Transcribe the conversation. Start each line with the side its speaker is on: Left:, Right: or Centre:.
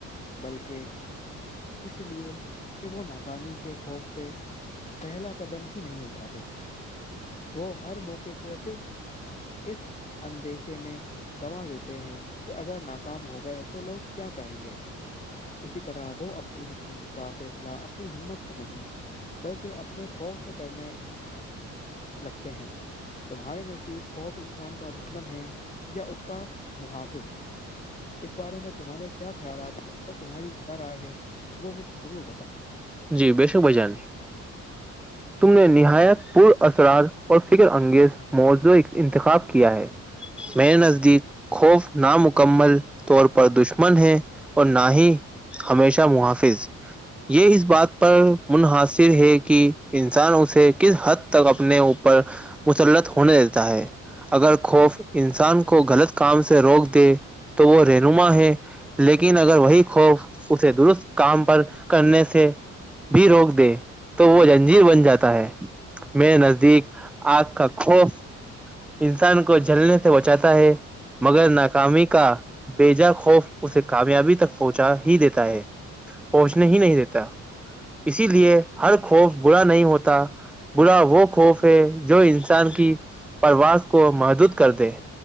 Left: بلکہ اس لیے کہ وہ ناکامی کے خوف سے پہلا قدم ہی نہیں اٹھاتے وہ ہر موقع کو صرف اس اندیشے میں گواہ دیتے ہیں کہ اگر ناکام ہو گئے تو لوگ کیا کہیں گے اسی طرح وہ اپنی زندگی کا فیصلہ اپنی ہمت سے نہیں بلکہ اپنے خوف سے کرنا لگتے ہیں تمہارے نزدیک خوف انسان کا دشمن ہے یا اس کا محافظ اس بارے میں تمہارے کیا خیالات ہیں اور تمہاری کیا رائے ہے وہ مجھے ضرور بتاائؤ
Centre: جی بے شک بھجان تم نے نہایت پور اثرات اور فکر انگیز موضوع انتخاب کیا ہے میرے نزدیک خوف نامکمل طور پر دشمن ہے اور نہ ہی ہمیشہ محافظ یہ اس بات پر منحصر ہے کہ انسان اسے کس حد تک اپنے اوپر مسلط ہونے دیتا ہے اگر خوف انسان کو غلط کام سے روک دے تو وہ رہنما ہے لیکن اگر وہی خوف اسے درست کام پر کرنے سے بھی روک دے تو وہ جنجیر بن جاتا ہے میرے نزدیک آگ کا خوف انسان کو جلنے سے وہچاتا ہے <unintelligible> مگر ناکامی کا بےجا خوف اسے کامیابی تک پہنچا ہی دیتا ہے پہنچنے ہی نہیں دیتا اسی لیے ہر خوف برا نہیں ہوتا برا وہ خوف ہے جو انسان کی پرواز کو محدود کر دے